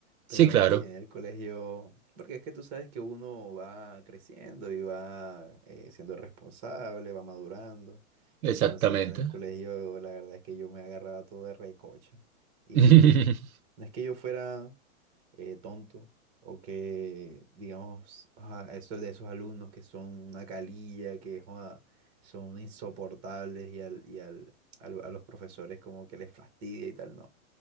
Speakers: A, on the right (about 25°); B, on the right (about 85°).
A: Pero
B: Sí, claro,
A: eh, en el colegio, porque es que tú sabes que uno va creciendo y va eh, siendo responsable, va madurando.
B: exactamente.
A: Entonces en el colegio la verdad es que yo me agarraba todo de recocha. Y
B: <laughs>
A: no es que yo fuera eh, tonto, o que, digamos, ah, eso de esos alumnos que son una calilla, que joda, son insoportables y, al, y al, a lo- a los profesores como que les fastidia y tal, no.